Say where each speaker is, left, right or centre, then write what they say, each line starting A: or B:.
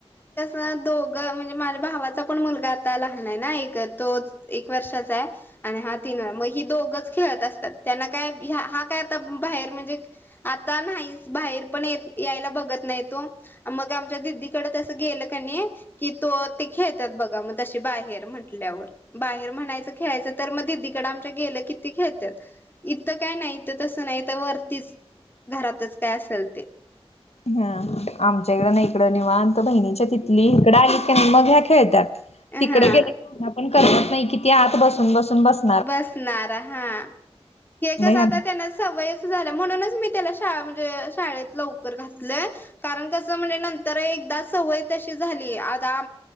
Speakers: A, on the left; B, on the left.
A: ह दो मु म्हणजे माझ्या भावाचा पण मुलगा आता लहान आहे ना एक तो एक वर्षाचा आहे. आणि हा तीन वळा मग ही दोघच खेळत असतात त्यांना काय हा काय आता बाहेर म्हणजे आता नाही बाहेर पण यायला बघत नाही तो मग आमच्या दिदीकडे तसं गेलं कनी कि तो ते खेळतात बघा मग तशी बाहेर म्हटल्यावर. बाहेर म्हणायचं खेळायचं तर मग दिदीकडे आमच्या गेलं किती खेळत. इथं काय नाही इथं तस नाही तर वरतीच घरातच काय असेल ते.
B: हा आमच्या इकडं नाही इकडं निवा तर बहिणीच्या तिथली इकडं आली का नाही मग ह्या खेळतात. तिकडे
A: हा
B: गेलं पण करत नाही कि ती आत बसून बसून बस
A: बसणार हा हे
B: मग
A: कच
B: ह्यांना
A: आता त्यांना सवय अस झाल्या म्हणूनच मी त्याला श म्हणजे शाळेत लवकर घातलय कारण कसं म्हणजे नंतर एकदा सवय त अशी झाली आता